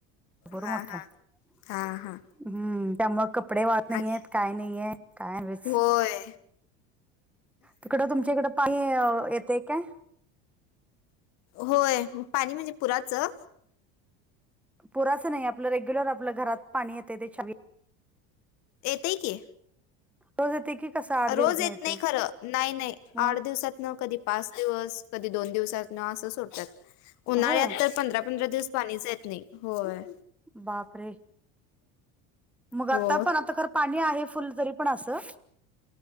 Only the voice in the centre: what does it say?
घर
मोठा
आहे
हम्म त्यामुळे कपडे वाळत नाहीयेत
काय नाहीये काय उगीचच
तिकडं तुमच्या इकड पाई येते काय
पुराचं नाही आपलं रेग्युलर आपलं घरात पाणी येते ते छा
रोज येते की कसं आठ दिवसात
येते
ह
होय
बापरे मग आता
पण आता खर पाणी आहे फुल तरी पण असं